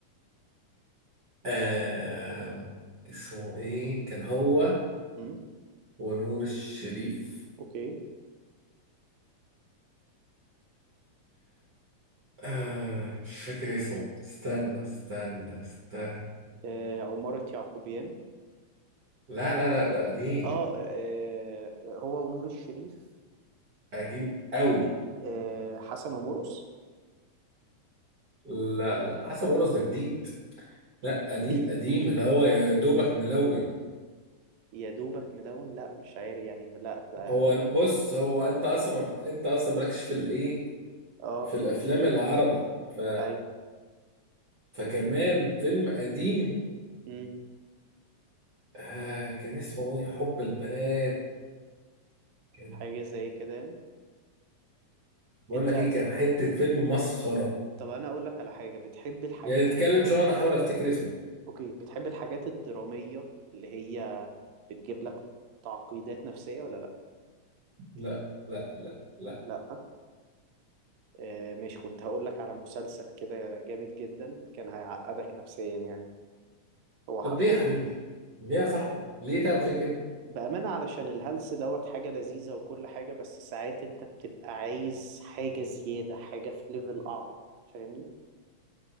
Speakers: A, on the right; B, on the right.
A: آه... اسمه إيه كان هو
B: امم
A: ونور الشريف
B: اوكي
A: آه... مش فاكر اسمه استنى استنى استنى
B: آه عمارة يعقوبيان
A: لا لا لا ده قديم
B: اه, آه هو ونور الشريف
A: قديم قوي
B: آه حسن ومرقص
A: لا لا حسن مرقص ده جديد لا قديم
B: <laughs>
A: قديم اللي هو يا دوبك ملون
B: يا دوبك ملون لا مش عارف يعني لا ده
A: هو
B: ده
A: بص هو انت اصلا ما بت... انت اصلا مالكش في الايه
B: اه
A: في الافلام العربي ف
B: ايوه
A: فكمان فيلم قديم
B: امم
A: آه كان اسمه ايه حب البنات كان
B: حاجة زي كده يعني
A: بقول
B: انت
A: لك ايه كان حتة فيلم مسخرة
B: طب انا اقول لك على حاجة بتحب الحاجات
A: يعني اتكلم
B: الدرام
A: شوية انا احاول افتكر اسمه
B: اوكي بتحب الحاجات الدرامية اللي هي بتجيب لك تعقيدات نفسية ولا لا
A: لا لا لا لا
B: لا آه ماشي كنت هقول لك على مسلسل كده جامد جدا كان هيعقدك نفسيا يعني هو
A: طب
B: حرفيا
A: ليه يا حبيبي ليه يا صاحبي ليه تعمل فيك كده
B: بأمانة علشان الهلس دوت حاجة لذيذة وكل حاجة بس ساعات انت بتبقى عايز حاجة زيادة حاجة في ليفل أعمق فاهمني